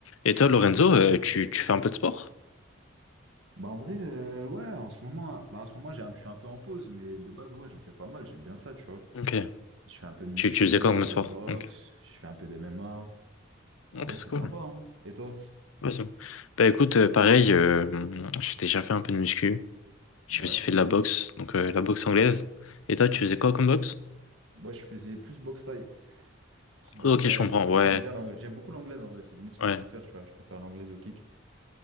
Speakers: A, on the left; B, on the right.
A: Et toi, Lorenzo, euh, tu, tu fais un peu de sport?
B: Bah en vrai, euh, ouais, en ce moment, bah en ce moment j'ai un- je suis un peu en pause, mais de base, ouais, j'en fais pas mal, j'aime bien ça, tu vois.
A: Ok.
B: Je fais un peu de muscu,
A: Tu, tu faisais quoi comme
B: un peu
A: sport?
B: de boxe,
A: Ok.
B: je fais un peu d'MMA.
A: Ok,
B: En vrai,
A: c'est
B: c'est
A: cool.
B: sympa, hein. Et toi?
A: Ouais, c'est bon. Bah écoute, euh, pareil, euh, j'ai déjà fait un peu de muscu. J'ai
B: Ouais.
A: aussi fait de la boxe, donc euh, la boxe anglaise. Et toi, tu faisais quoi comme boxe?
B: Moi, je faisais plus boxe thaï. Plus boxe
A: Ok,
B: thaï.
A: je comprends.
B: Après,
A: Ouais,
B: j'aime bien l'anglais. J'aime beaucoup l'anglaise, en vrai. C'est limite ce que
A: ouais.
B: je préfère, tu vois. Je préfère l'anglaise au kick.